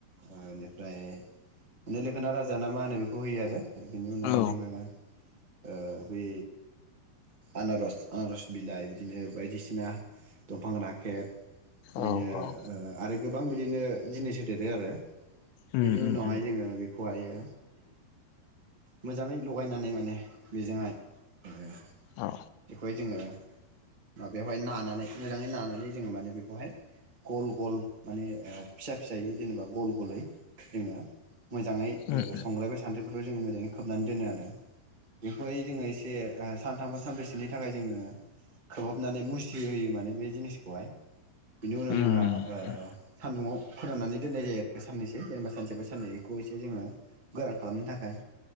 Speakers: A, on the right (about 15°); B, on the left (about 85°).
A: ओ इनिफ्राय माने लोखोना राजा ना मा होनो बेखौ होयो आरो बिनि उनावहाय
B: औ
A: जोङो ओ बै आनारस आनारस बिलाइ बिदिनो बायदिसिना दंफां राखेब बिदिनो
B: औ औ
A: ओ आरो गोबां बिदिनो जिनिस होदेरो आरो
B: उम
A: बेनि
B: उम
A: उनावहाय
B: उम
A: जोङो बेखौ बहायो मोजाङै लगायनानै माने बेजोंहाय <inaudible>
B: औ
A: बेखौहाय जोङो माबायावहाय नानानै मोजाङै नानानै जोङो माने बेखौहाय गल गल माने ओ फिसा फिसायै जेनेबा गल गलै जोङो मोजाङै ओ
B: उम
A: संग्रायबो सान्द्रिबोथ जों मोजाङै खोबनानै दोनो आरो बेखौहाय जोङो एसे <unintelligible> सानथामबा सानब्रैसोनि थाखाय जोङो खोबहाबनानै मुसि होयो माने बे जिनिसखौहाय। बिनि उनाव
B: उम
A: जों आ-ओ
B: उम
A: सान्दुङाव फोराननानै दोननाय जायो साननैसो जेनेबा सानसे बा साननैसैखौ एसे जोङो गोरान खालामनो थाखाय।